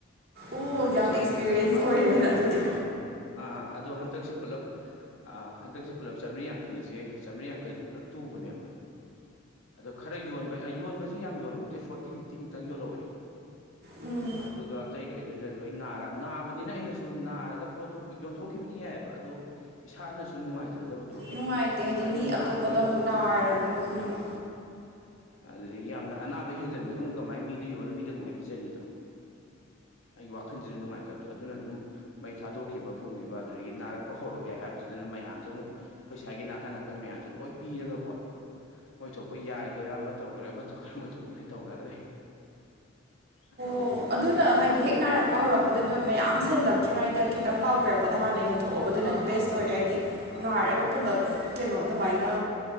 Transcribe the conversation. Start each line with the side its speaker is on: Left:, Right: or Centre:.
Right: ꯑꯣ
Left: ꯑꯗꯩ
Right: ꯌꯥꯝ
Left: ꯏꯁꯥꯒꯤ
Right: ꯑꯦꯛꯁꯄꯤꯔꯤꯌꯦꯟꯁ
Left: ꯈꯔꯒ ꯄꯥꯝꯖꯕꯒ
Right: ꯑꯣꯏꯔꯦꯅ ꯑꯗꯨꯗꯤ
Left: ꯑꯥ ꯑꯗꯣ ꯍꯟꯗꯛꯁꯦ ꯄꯨꯜꯂꯞ ꯍꯟꯗꯛꯁꯦ ꯄꯨꯂꯞ ꯆꯥꯝꯔꯤ ꯌꯥꯡꯈꯩꯖꯦ ꯆꯥꯝꯃꯔꯤ ꯌꯥꯡꯈꯩꯖꯦ ꯄꯨꯂꯞ ꯇꯨꯕꯅꯦꯕ ꯑꯗꯣ ꯈꯔ ꯌꯣꯟꯕ ꯌꯣꯟꯕꯁꯦ ꯌꯥꯝ ꯌꯣꯜꯍꯧꯗꯦ ꯐꯣꯔꯇꯤ ꯐꯤꯐꯇꯤ ꯃꯨꯛꯇꯪ ꯌꯣꯜꯍꯧꯋꯦ꯫
Right: ꯎꯝ
Left: ꯑꯗꯨꯒ ꯑꯇꯩꯒꯩꯗꯨꯗ ꯂꯣꯏ ꯅꯥꯔ ꯅꯥꯕꯅꯤꯅ ꯑꯩꯅꯁꯨ ꯅꯥꯔꯒ ꯄꯣꯠꯇꯣ ꯌꯣꯟꯊꯣꯛꯈꯤꯕꯗꯤ ꯌꯥꯏꯕ ꯑꯗꯣ ꯏꯁꯥꯅꯁꯨ ꯅꯨꯡꯉꯥꯏꯖꯗꯕꯗꯣ ꯑꯦ
Right: ꯅꯨꯡꯉꯥꯏꯇꯦ ꯍꯥꯏꯗꯤ
Left: ꯁꯨꯃꯥꯏꯅ
Right: ꯃꯤ
Left: ꯅꯥꯔꯒ
Right: ꯑꯇꯣꯞꯄꯗ
Left: ꯌꯣꯟꯊꯣꯛꯄꯗꯨꯗꯤ
Right: ꯑꯃꯨꯛ ꯅꯥꯔꯕ ꯌꯣꯟ ꯎꯝ
Left: ꯑꯥ ꯑꯗꯨꯗꯒꯤ ꯌꯥꯝꯅ ꯑꯅꯥꯕ ꯍꯦꯟꯖꯟꯕꯗꯨ ꯑꯃꯨꯛ ꯀꯃꯥꯏ ꯃꯤꯗ ꯌꯣꯜꯂꯣ ꯃꯤꯗ ꯀꯃꯥꯏꯅ ꯄꯤꯖꯅꯤꯗꯣ ꯑꯩ ꯋꯥꯈꯜꯁꯤꯗ ꯅꯨꯡꯉꯥꯏꯇꯕꯗꯣ ꯑꯗꯨꯅ ꯑꯗꯨꯝ ꯃꯩ ꯊꯥꯗꯣꯛꯈꯤꯕ ꯐꯨꯝꯈꯤꯕ ꯑꯗꯨꯗꯒꯤ ꯅꯥꯔꯛꯄ ꯍꯧꯔꯛꯑꯦ ꯍꯥꯏꯕꯗꯨꯗꯅ ꯃꯌꯥꯝꯗꯨ ꯑꯃꯨꯛ ꯑꯩꯈꯣꯏ ꯁ꯭ꯋꯥꯥꯏꯒꯤ ꯅꯥꯀꯟ ꯅꯥꯀꯟ ꯃꯌꯥꯝꯁꯦ ꯂꯣꯏ ꯄꯤꯔꯒꯀꯣ ꯃꯣꯏ ꯊꯣꯛꯄ ꯌꯥꯏꯒꯦꯔꯥ ꯑꯃ ꯇꯧꯒꯦꯔꯥ ꯑꯃ ꯇꯧꯒꯦꯔꯥ ꯃꯣꯏ ꯊꯣꯛꯄ ꯂꯣꯏ ꯇꯧꯅꯈ꯭ꯔꯦ ꯑꯗꯨꯅꯤ
Right: ꯑꯣ
Left: ꯑꯗꯨꯝ
Right: ꯑꯗꯨꯅ ꯍꯥꯏꯗꯤ ꯍꯦꯛ ꯅꯥꯔꯛ ꯍꯧꯔꯛꯄꯗꯨꯅ ꯃꯌꯥꯝ ꯁꯜꯂꯛꯇ꯭ꯔꯤꯉꯩꯗ ꯈꯤꯇꯪ ꯄꯥꯎ ꯄꯤꯔꯛꯄꯗ ꯍꯥꯟꯅ ꯌꯣꯟꯊꯣꯛꯑꯕꯗꯨꯅꯗꯤ ꯕꯦꯁ ꯑꯣꯏꯔꯦ ꯑꯩꯗꯤ ꯥꯅꯔꯒ ꯄꯨꯂꯞ ꯀꯩꯅꯣ ꯑꯗꯨꯃꯥꯏꯅ